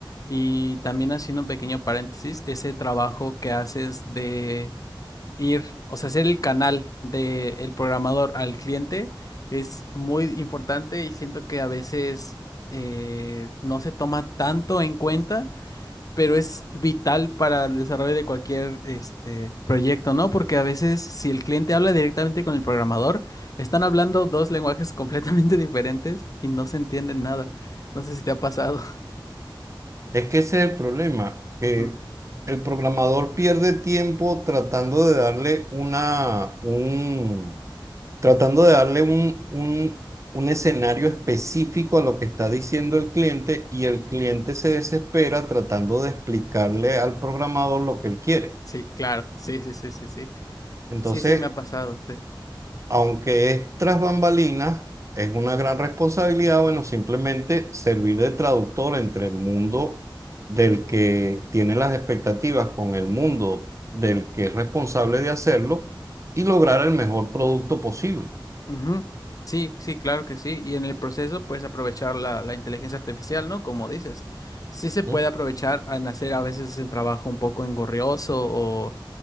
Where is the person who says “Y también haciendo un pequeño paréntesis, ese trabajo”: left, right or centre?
Left